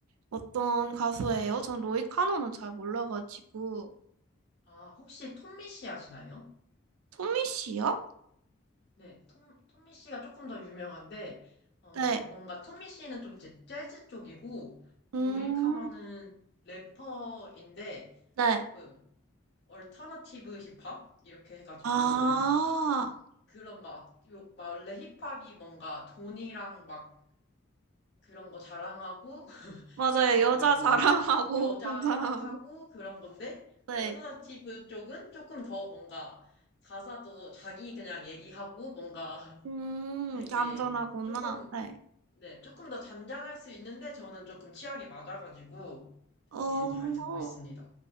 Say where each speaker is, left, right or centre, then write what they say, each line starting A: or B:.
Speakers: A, on the right; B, on the left.
A: 어떤 가수예요? 전 로이 카노는 잘 몰라가지고
B: 아, 혹시 톰미 씨 아시나요?
A: 토미 씨요?
B: 네, 톰, 톰미 씨가 조금 더 유명한데, 어,
A: 네.
B: 뭔가 톰미 씨는 좀 재- 재즈 쪽이고,
A: 음,
B: 로일 카너는 래퍼인데,
A: 네.
B: 조금 얼터너티브 힙합 이렇게 해가지고
A: 아,
B: 그런 막 요- 막 원래 힙합이 뭔가 돈이랑 막 그런 거 자랑하고 <laughs>
A: 맞아요.
B: 그 다음에
A: 여자
B: 뭐
A: 자랑하고
B: 여자
A: <laughs> 돈 자랑하고.
B: 막 하고 그런 건데
A: 네.
B: 얼터너티브 쪽은 조금 더 뭔가 가사도 자기 그냥 얘기하고 뭔가 <laughs>
A: 음,
B: 되게
A: 얌전하구나.
B: 조금
A: 네.
B: 네 조금 더 잔잔할 수 있는데 저는 조금 취향에 맞아가지고 되게
A: 어,
B: 잘 듣고 있습니다.